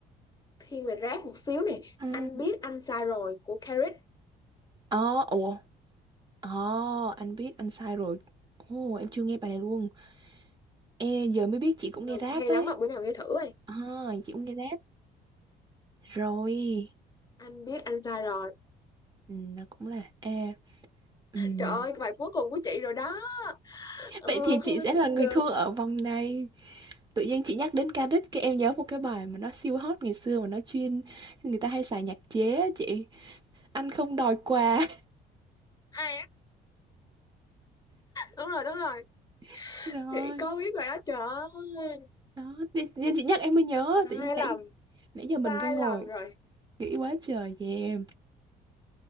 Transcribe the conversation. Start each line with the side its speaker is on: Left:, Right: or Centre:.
Left: thiên về rap một xíu nè
Right: ừ.
Left: anh biết anh sai rồi của Carrick
Right: ồ ồ ồ anh biết anh sai rồi ồ em chưa nghe bài này luôn Ê, giờ mới biết chị cũng
Left: Được,
Right: nghe rap
Left: hay
Right: ấy
Left: lắm mà bữa nào nghe thử ơi
Right: à, chị cũng nghe rap Rồi,
Left: anh biết anh sai rồi
Right: ừ, nó cũng là A. Ừm,
Left: trời ơi cái bài cuối cùng của chị rồi đó
Right: <laughs>
Left: ờ,
Right: Vậy thì chị
Left: không thể
Right: sẽ là
Left: tin
Right: người
Left: được
Right: thua ở vòng này. Tự nhiên chị nhắc đến ca đích, cái em nhớ một cái bài mà nó siêu hot ngày xưa mà nó chuyên người ta hay xài nhạc chế á chị. Anh không đòi quà.
Left: à, đúng rồi đúng rồi
Right: <laughs> Rồi,
Left: chị có biết bài đó trời ơi
Right: đó, tự nhiên chị nhắc em mới nhớ,
Left: sai
Right: tự nhiên nãy
Left: lầm
Right: nãy giờ mình
Left: sai
Right: cứ ngồi
Left: lầm rồi
Right: nghĩ quá trời về em.